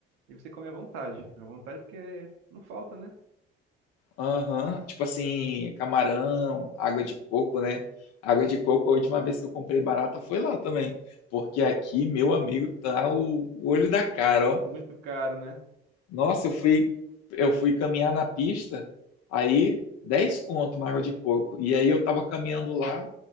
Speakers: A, on the right; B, on the left.
A: E você come à vontade. À vontade porque não falta, né?
B: Aham, Tipo assim, camarão, água de coco, né? Água de coco, a última vez que eu comprei barata foi lá também. Porque aqui, meu amigo, tá o o olho da cara, ó.
A: Muito caro, né?
B: Nossa, eu fui, eu fui caminhar na pista, aí 10 conto uma água de coco. E aí eu tava caminhando lá,